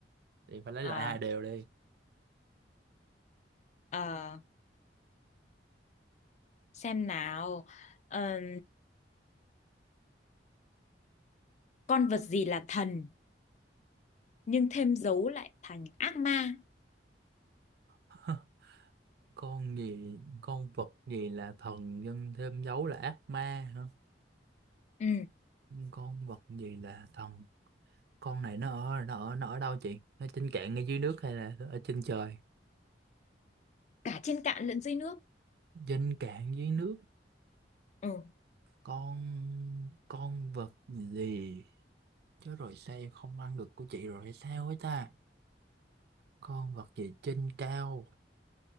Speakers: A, on the right (about 60°); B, on the left (about 40°).
A: em phải lấy lại
B: À,
A: hai đều đi
B: à Xem nào, Ờ, con vật gì là thần nhưng thêm dấu lại thành ác ma.
A: <laughs> con gì con vật gì là thần nhân thêm dấu là ác ma hả
B: Ừ,
A: con vật gì là thần con này nó ở nó ở nó ở đâu chị nó trên cạn ngay dưới nước hay là ở trên trời
B: cả trên cạn lẫn dưới nước.
A: trên cạn dưới nước
B: Ừ,
A: con con vật gì chứ rồi sao em không ăn được của chị rồi hay sao ấy ta con vật gì trên cao